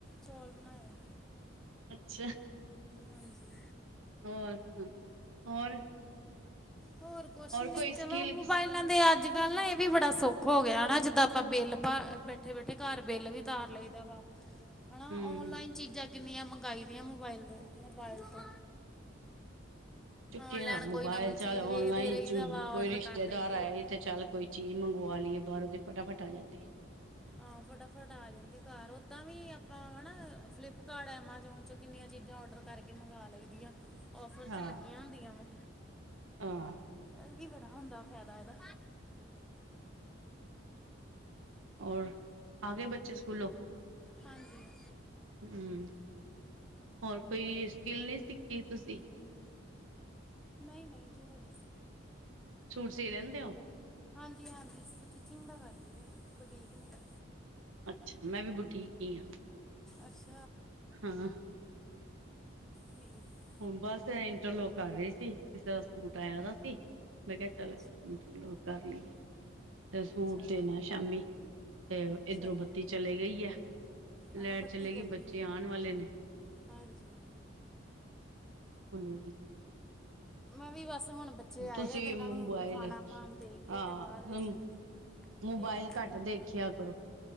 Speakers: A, in the centre; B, on the right (about 85°).
A: ਚੌਲ ਬਨਾਏ ਐ।
B: ਅੱਛਾ
A: ਹਾਂਜੀ ਹੁ
B: ਹੋਰ ਹੋਰ
A: ਹੋਰ ਕੋਸ਼ ਨੀ
B: ਕੋਈ ਸਕਿੱਲ
A: ਚਲੋ ਮੋਬਾਇਲਾਂ ਦੇ ਅੱਜ ਕਲ ਨਾ ਇਹ ਵੀ ਬੜਾ ਸੌਖਾ ਹੋ ਗਿਆ ਹਨਾਂ ਜਿੱਦਾਂ ਆਪਾਂ ਬਿੱਲ ਭ ਬੈਠੇ ਬੈਠੇ ਘਰ ਬਿੱਲ ਵੀ ਤਾਰ ਲਈਦਾ ਵਾ। ਹਨਾ
B: ਹੂੰ
A: ਓਨਲਾਈਨ ਚੀਜ਼ਾਂ ਕਿੰਨੀਆਂ ਮੰਗਾਈਦੀਆਂ ਮੋਬਾਇਲ ਦੇ ਮੋਬਾਇਲ ਤੋਂ
B: ਚੁੱਕਿਆ
A: ਔਨਲਾਈਨ
B: ਮੋਬਾਇਲ
A: ਕੋਈ ਨਾ ਕੋਈ
B: ਚੱਲ
A: ਚੀਜ਼
B: ਔਨਲਾਈਨ
A: ਵੇਖਦੇ ਰਹੀਦਾ
B: ਚ
A: ਵਾ
B: ਕੋਈ
A: ਔਡਰ
B: ਰਿਸ਼ਤੇਦਾਰ
A: ਕਰ ਦਈਦੀ
B: ਆਇਆ
A: ਆ
B: ਤੇ ਚੱਲ ਕੋਈ ਚੀਜ਼ ਮੰਗਵਾ ਲਈਏ ਬਾਹਰੋਂ ਦੀ ਫਟਾਫਟ ਆ ਜਾਂਦੀ ਐ।
A: ਹਾਂ ਫਟਾਫਟ ਆ ਜਾਂਦੀ ਘਰ ਓਦਾਂ ਵੀ ਆਪਾ ਹੈਨਾ ਫਲਿੱਪਕਾਰਟ ਐਮਾਜੋਨ ਚੋਂ ਕਿੰਨੀਆਂ ਚੀਜ਼ਾਂ ਔਡਰ ਕਰਕੇ ਮੰਗਾ ਲਈ ਦੀਆਂ। ਔਫ਼ਰ
B: ਹੈ
A: 'ਚ
B: ਹਾਂ
A: ਲੱਗੀਆਂ ਹੁੰਦੀਆਂ ਵਾ।
B: ਹਾਂ
A: ਇਹ ਵੀ ਬੜਾ ਹੁੰਦਾ ਫੈਦਾ ਇਹਦਾ।
B: ਔਰ ਆ ਗਏ ਬੱਚੇ ਸਕੂਲੋਂ?
A: ਹਾਂਜੀ।
B: ਹੁ ਹੋਰ ਕੋਈ ਸਕਿੱਲ ਨਹੀਂ ਸਿੱਖੀ ਤੁਸੀਂ?
A: ਨਹੀਂ-ਨਹੀਂ ਜੀ, ਹਜੇ ਨੀ।
B: ਸੂਟ ਸੀ ਲੈਂਦੇ ਹੋ?
A: ਹਾਂਜੀ- ਹਾਂਜੀ ਸਟੀਿਚਿੰਗ ਦਾ ਕਰਦੀ ਆ, ਬੁਟੀਕ ਮੇਰਾ
B: ਅੱਛਾ ਮੈਂ ਵੀ ਬੁੱਟੀਕ ਈ ਆ।
A: ਅਸ <unintelligible>
B: ਹਾਂ
A: ਠੀਕ
B: ਹੁਨ ਬਸ ਇਹ ਇੰਟਰਲੋਕ ਕਰ ਰਹੀ ਸੀ ਕਿਸੇ ਦਾ ਸੂਟ ਆਇਆ ਦਾ ਸੀ ਮੈਂ ਕਿਹਾ ਚੱਲ
A: ਅੱਛਾ
B: ਇੰਟਰਲੋਕ ਕਰ ਲਈਏ। ਤੇ ਸੂਟ
A: ਅੱਛਾ ਅੱਛਾ
B: ਦੇਨਾ ਸ਼ਾਮੀ ਤੇ
A: ਅੱਛਾ
B: ਇਧਰੋਂ ਬੱਤੀ ਚਲੇ ਗਈ ਐ। ਲੈ
A: ਆ ਬੱਤੀ
B: ਚਲੇਗੀ
A: ਗਈ
B: ਬੱ ਚੇ ਆਨ ਵਾਲੇ ਨੇ।
A: ਹਾਂਜੀ।
B: ਹੁਣ ਜੀ। <unintelligible>
A: ਮੈਂ ਵੀ ਬਸ ਹੁਣ ਬੱਚੇ ਆਏ
B: ਤੁਸੀਂ
A: ਆ ਤੇ
B: ਵੀ
A: ਇਹਨਾਂ
B: ਮੋਬਾਇਲ
A: ਨੂੰ ਖਾਣਾ-ਪਾਣ ਦੇ
B: ਹਾਂ
A: ਕੇ ਤੇ ਬਾਅਦ ਵਿੱਚ
B: ਮੋਬਾਇਲ
A: ਫੇਰ ਆਪਣਾ
B: ਘੱਟ
A: ਕੰਮ
B: ਦੇਖਿਆ ਕਰੋ।